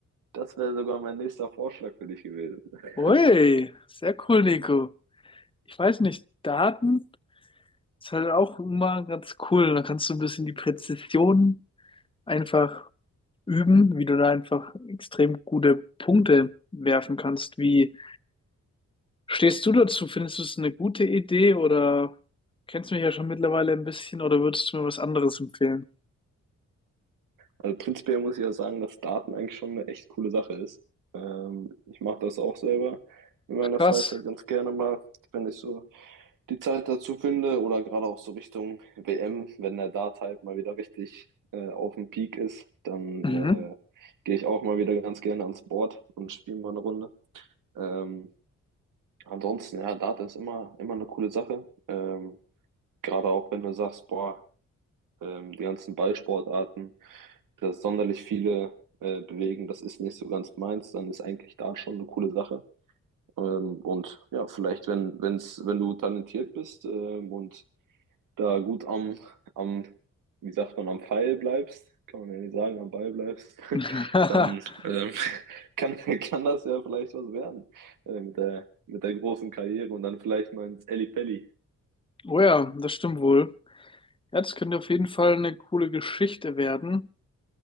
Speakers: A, on the right; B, on the left.
A: das wäre sogar mein nächster Vorschlag für dich gewesen. <laughs>
B: Ui, sehr cool, Nico. Ich weiß nicht, Daten ist halt auch immer ganz cool. Da kannst du ein bisschen die Präzision einfach üben, wie du da einfach extrem gute Punkte werfen kannst. Wie stehst du dazu? Findest du es eine gute Idee oder kennst mich ja schon mittlerweile ein bisschen oder würdest du mir was anderes empfehlen?
A: Also prinzipiell muss ich ja sagen, dass Daten eigentlich schon eine echt coole Sache ist. Ähm, ich mache das auch selber in meiner
B: Krass.
A: Freizeit ganz gerne mal, wenn ich so die Zeit dazu finde oder gerade auch so Richtung WM, wenn der Dart halt mal wieder richtig äh, auf dem Peak ist, dann
B: Mhm.
A: äh, gehe ich auch mal wieder ganz gerne ans Board und spiele mal eine Runde. Ähm, ansonsten, ja, Dart ist immer, immer eine coole Sache. Ähm, Gerade auch wenn du sagst, boah, ähm, die ganzen Ballsportarten, dass sonderlich viele äh, bewegen, das ist nicht so ganz meins, dann ist eigentlich da schon eine coole Sache. Ähm, und ja, vielleicht, wenn, wenn's, wenn du talentiert bist ähm, und da gut am, am, wie sagt man, am Pfeil bleibst, kann man ja nicht sagen, am Ball bleibst, <laughs>
B: <laughs>
A: dann ähm, <laughs> kann, kann das ja vielleicht was werden äh, mit der, mit der großen Karriere und dann vielleicht mal ins Ellipelli.
B: Oh ja, das stimmt wohl. Ja, das könnte auf jeden Fall eine coole Geschichte werden,